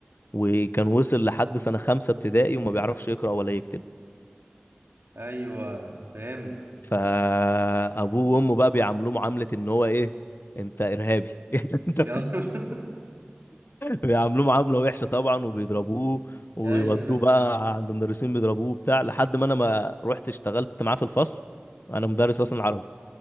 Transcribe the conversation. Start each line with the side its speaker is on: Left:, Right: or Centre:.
Left: وكان وصل لحد سنه خمسه ابتدائي وما بيعرفش يقرا ولا يكتب
Right: ايوه فهمت
Left: فابوه وامه بقى بيعاملوه معامله ان هو ايه انت ارهابي <laughs> يعني انت
Right: يلا <laughs>
Left: بيعاملوه معامله وحشه طبعا وبيضربوه ويودوه
Right: ايوه ايوه
Left: بقى عند مدرسين بيضربوه بتاع لحد ما انا ما رحت اشتغلت معاه في الفصل انا مدرس اصلا عربي